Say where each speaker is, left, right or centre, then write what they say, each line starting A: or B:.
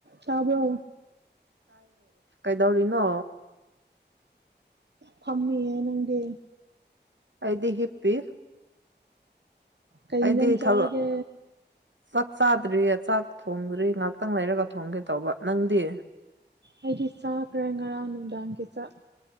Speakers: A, on the right (about 65°); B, on the right (about 80°).
A: ꯇꯥꯕ꯭ꯔꯣ
B: ꯇꯥꯏꯌꯦ ꯀꯩꯗꯧꯔꯤꯅꯣ
A: ꯐꯝꯃꯤꯌꯦ ꯅꯪꯗꯤ
B: ꯑꯩꯗꯤ ꯍꯤꯞꯄꯤ
A: ꯀꯩ
B: ꯑꯩꯗꯤ
A: ꯏꯟꯖꯥꯡ ꯆꯥꯔꯒꯦ
B: ꯊꯕꯛ ꯆꯥꯛ ꯆꯥꯗ꯭ꯔꯤꯑ ꯆꯥꯛ ꯊꯣꯡꯗ꯭ꯔꯤ ꯉꯍꯥꯛꯇꯪ ꯂꯩꯔꯒ ꯊꯣꯡꯒꯦ ꯇꯧꯕ ꯅꯪꯗꯤ
A: ꯑꯩꯗꯤ ꯆꯥꯈ꯭ꯔꯦ ꯉꯔꯥꯡ ꯅꯨꯡꯗꯥꯡꯒꯤ ꯆꯥꯛ